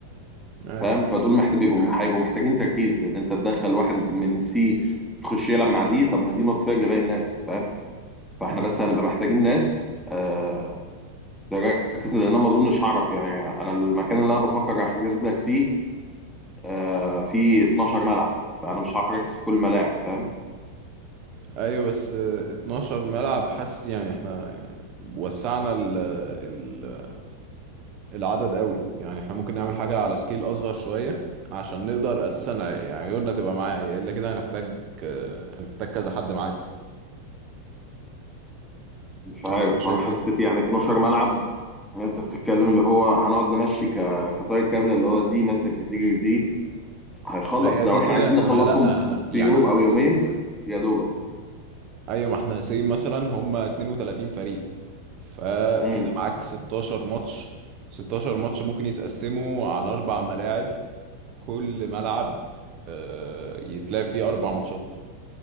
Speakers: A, on the right; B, in the centre.
A: اي
B: فاهم فدول محتاج بيبقوا هيبقوا محتاجين تركيز لان انت تدخل واحد من سي يخش يلعب مع دي طب ما دي نوت فير لباقي الناس فاهم فاحنا
A: امم
B: بس هنبقى محتاجين ناس آه تركز لان انا ما اظنش هعرف يعني انا المكان اللي انا بفكر احجز لك فيه آه، في 12 ملعب فانا مش عارف اركز في كل الملاعب فاهم
A: ايوه بس آه، 12 ملعب حاسس يعني احنا وسعنا ال ال العدد قوي يعني احنا ممكن نعمل حاجة على سكيل اصغر شوية عشان نقدر اساسا عي- عيوننا تبقى معايا الا كده هنحتاج آه، هنحتاج كذا حد معانا
B: مش عارف
A: ولا انت شايف
B: انا حسيت
A: ايه؟
B: يعني 12 ملعب انت بتتكلم اللي هو هنقعد نمشي ك... كطاير كامله اللي هو دي مثلا كاتيجوري دي هيخلص
A: ما هي
B: لو
A: دي
B: احنا
A: كده
B: عايزين نخلصهم
A: ما لا انا يعني
B: في يوم او يومين يا دوبك
A: ايوه ما احنا سي مثلا هم 32 فريق فكده
B: امم
A: معاك 16 ماتش 16 ماتش ممكن يتقسموا على اربع ملاعب كل ملعب آه، يتلعب فيه اربع ماتشات